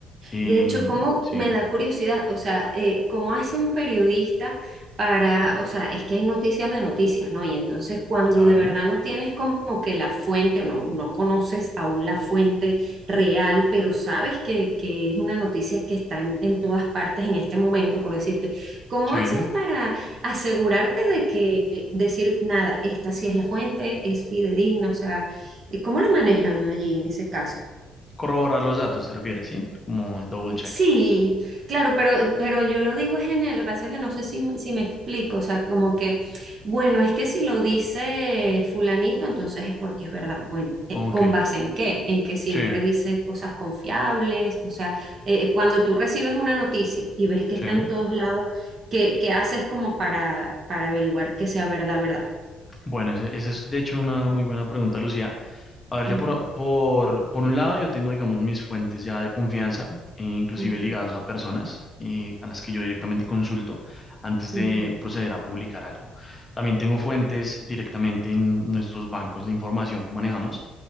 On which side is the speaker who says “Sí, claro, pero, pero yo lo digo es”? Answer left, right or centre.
Right